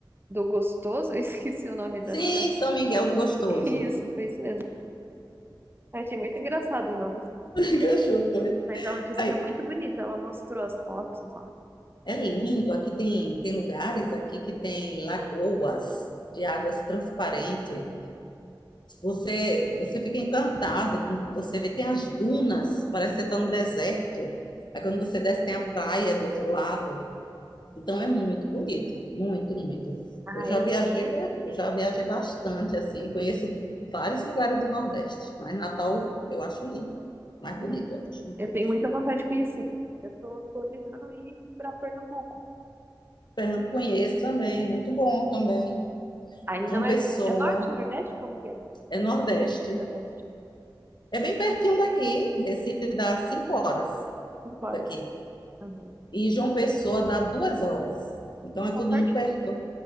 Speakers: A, on the right; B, on the left.
A: do Gostoso, eu <laughs> esqueci o nome da
B: Sim,
A: cidade.
B: São Miguel do Gostoso.
A: Isso, foi isso mesmo. Eu achei muito engraçado o nome.
B: <laughs> Que achou, foi?
A: Mas ela disse
B: Aí,
A: que é muito bonito, ela mostrou as fotos lá.
B: é lindo. Aqui tem, tem lugares aqui que tem lagoas de águas transparentes. Você, você fica encantada com o que você vê, tem as dunas, parece que você está no deserto. Aí quando você desce, tem a praia do outro lado. Então é muito bonito, muito, muito.
A: Ah,
B: Eu já
A: eu,
B: viajei, ba- eu já viajei bastante, assim, conheço vários lugares do Nordeste, mas Natal eu acho lindo, mais
A: hum,
B: bonito, eu acho, de todos.
A: eu tenho muita vontade de conhecer. Eu tô planejando ir pra Pernambuco.
B: Pernambuco conheço também, muito bom também.
A: Aí
B: João
A: não é,
B: Pessoa,
A: é norte, nordeste? Como que é?
B: é Nordeste.
A: Nordeste.
B: É bem pertinho daqui, Recife dá cinco horas
A: Cinco horas.
B: daqui.
A: Uhum.
B: E João Pessoa dá duas horas. Então é tudo
A: Tá pertinho.
B: muito perto.